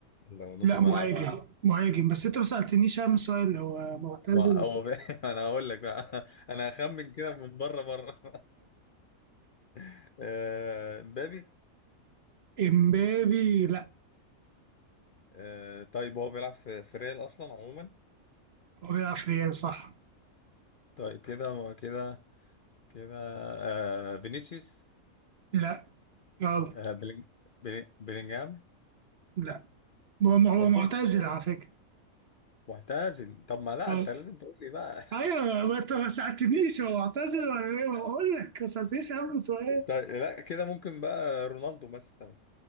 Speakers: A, on the left (about 50°); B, on the right (about 55°).
A: ولا نص
B: لا مهاجم
A: ملعب
B: مهاجم بس انت ما سالتنيش اهم سؤال هو معتزل
A: ما هو بي... <laughs> انا هقول لك بقى انا هخمن كده من بره بره <laughs> آه، مبابي
B: امبابي لا
A: آه، طيب هو بيلعب في في ريال اصلا عموما
B: هو بيلعب في ريال صح
A: طيب كده كده كده آه، فينيسيوس
B: لا غلط
A: آه، بلينج... بلينج- بلينجهام
B: لا ما ما هو
A: برضو
B: معتزل على فكرة
A: معتزل طب ما لا
B: آه.
A: انت لازم تقول لي بقى
B: ايوه ما انت ما سألتنيش هو معتزل ولا ايه ما بقول لك ما سألتنيش اهم سؤال
A: <laughs> طيب لا كده ممكن بقى رونالدو مثلا